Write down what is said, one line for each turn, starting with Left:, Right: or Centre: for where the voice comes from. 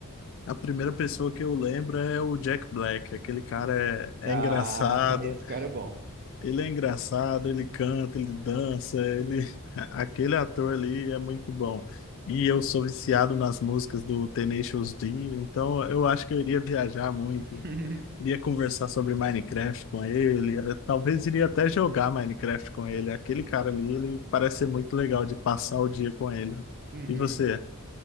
Left: a primeira pessoa que eu lembro é o Jack Black. Aquele cara é,
Right: Ah,
Left: é engraçado,
Right: <laughs> esse cara é bom.
Left: Ele é engraçado, ele canta, ele dança, ele... <laughs> Aquele ator ali é muito bom. E eu sou viciado nas músicas do Tenacious D, então eu acho que eu iria viajar muito.
Right: <laughs>
Left: Iria conversar sobre Minecraft com ele, eu talvez iria até jogar Minecraft com ele. Aquele cara ali, ele parece ser muito legal de passar o dia com ele.
Right: Uhum.
Left: E você?